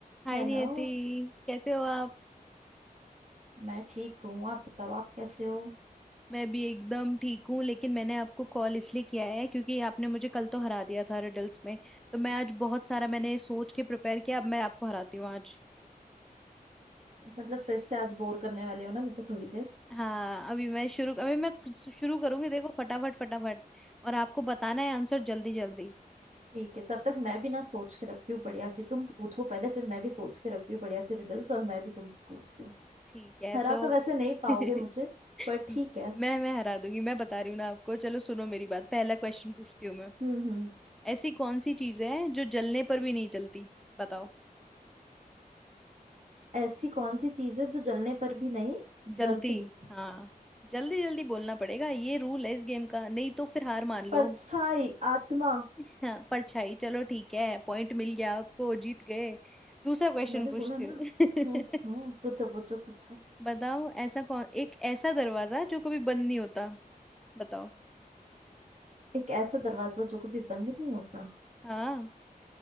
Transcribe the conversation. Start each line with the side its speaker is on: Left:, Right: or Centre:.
Centre: हाय
Right: हेलो
Centre: नियति कैसे हो आप
Right: मैं ठीक हूँ आप बताओ आप कैसे हो
Centre: मैं भी एकदम ठीक हूँ लेकिन मैंने आपको कॉल इसलिए किया है क्योंकि आपने मुझे कल तो हरा दिया था रिडल्स में तो मैं आज बहुत सारा मैंने सोच के प्रिपेयर किया अब मैं आपको हराती हूँ आज
Right: मतलब फिर से आज बोर करने वाले हो ना मेरे को थोड़ी देर
Centre: हाँ अभी मैं शुरू अभी मैं कुछ शुरू करूंगी देखो फटाफट फटाफट और आपको बताना है आंसर जल्दी जल्दी
Right: ठीक है तब तक मैं भी ना सोच के रखती हूँ बढ़िया सी तुम पूछो पहले फिर मैं भी सोच के रखती हूँ बढ़िया सी रिडल्स और मैं भी तुम पूछती हूँ
Centre: ठीक है
Right: हरा
Centre: तो
Right: तो वैसे नहीं पाओगे
Centre: <laughs>
Right: मुझे पर ठीक
Centre: मैं
Right: है
Centre: मैं हरा दूंगी मैं बता रही हूँ ना आपको चलो सुनो मेरी बात पहला क्वेश्चन पूछती हूँ मैं
Right: हम्म हम्म
Centre: ऐसी कौन सी चीज है जो जलने पर भी नहीं जलती बताओ
Right: ऐसी कौन सी चीज है जो जलने पर भी नहीं
Centre: जल्दी
Right: जलती
Centre: हाँ जल्दी जल्दी बोलना पड़ेगा ये रूल है इस गेम का नहीं तो फिर हार मान लो
Right: परछाई आत्मा
Centre: हाँ परछाई चलो ठीक है पॉइंट मिल गया आपको जीत गए दूसरा क्वेश्चन
Right: मैंने
Centre: पूछती
Right: बोला ना
Centre: हूँ
Right: हम्म हम्म हम्म, पूछो पूछो पूछो
Centre: <laughs> बताओ ऐसा कौन एक ऐसा दरवाजा जो कभी बंद नहीं होता बताओ
Right: एक ऐसा दरवाजा जो कभी बंद नहीं होता
Centre: हाँ